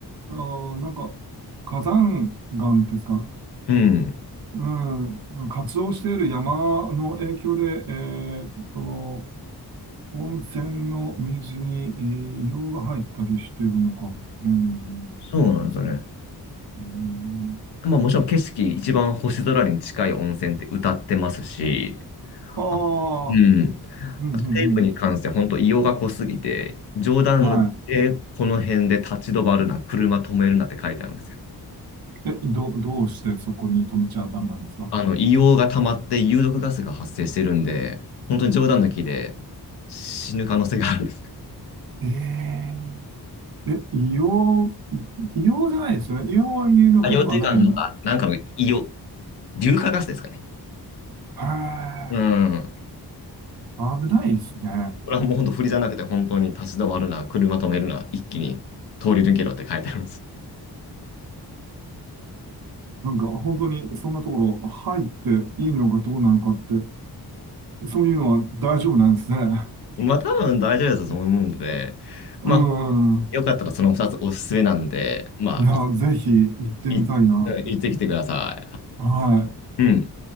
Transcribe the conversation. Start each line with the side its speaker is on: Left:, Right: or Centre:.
Right: あーなんか、火山岩ですか
Left: うん。
Right: うん、活動している山の影響で、えーその、温泉の水に、えー硫黄が入ったりしてるのか。えー
Left: そうなんですよね。
Right: うん
Left: まあもちろん景色、一番星空に近い温泉って歌ってますし、
Right: ああ、
Left: あうん。
Right: うん、うん、
Left: 成分に関して本当硫黄が濃すぎて、
Right: うん。
Left: 冗談抜きでこの辺で立ち止まるな、
Right: は
Left: 車止めるなって書いてあるんですよ。
Right: い。え、ど、どうしてそこに止めちゃダメなんですか
Left: あの、硫黄が溜まって有毒ガスが発生してるんで、本当に冗談抜きで死ぬ可能性があるんです。
Right: えええ、硫黄、硫黄じゃないですよね。硫黄は有毒ではない。
Left: あ、羊蹄岩の、あ、なんかの硫黄、硫化ガスですかね。
Right: へえ、
Left: うん。
Right: 危ないですね。
Left: これはもう本当振りじゃなくて、本当に立ち止まるな、車止めるな、一気に通り抜けろって書いてあるんです。
Right: なんか本当にそんなところ入っていいのかどうなのかってそういうのは大丈夫なんですね。
Left: まあ多分大丈夫だと思うので、
Right: うん。
Left: まあ、よかったらその2つおすすめなんで、まあ、
Right: いや、ぜひ行ってみたいな。
Left: い、うん行ってきてくださ
Right: はい。
Left: い。<laughs> いうん。